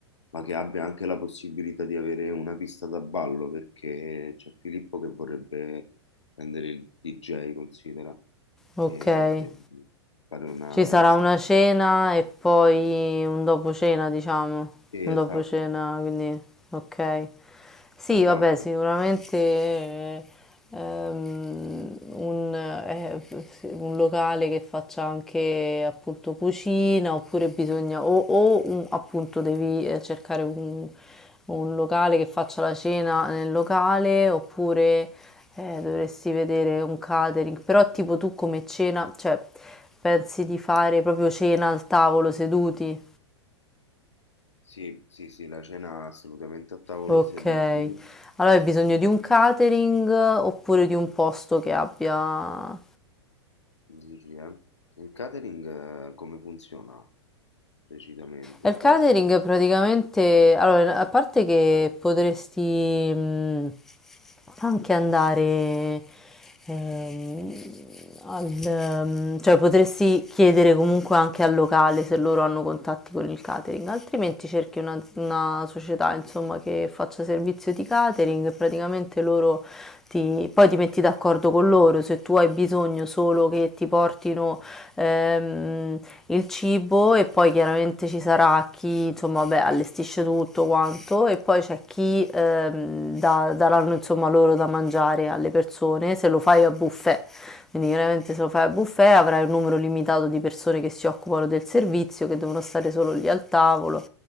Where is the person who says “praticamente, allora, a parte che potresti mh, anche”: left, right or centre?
Centre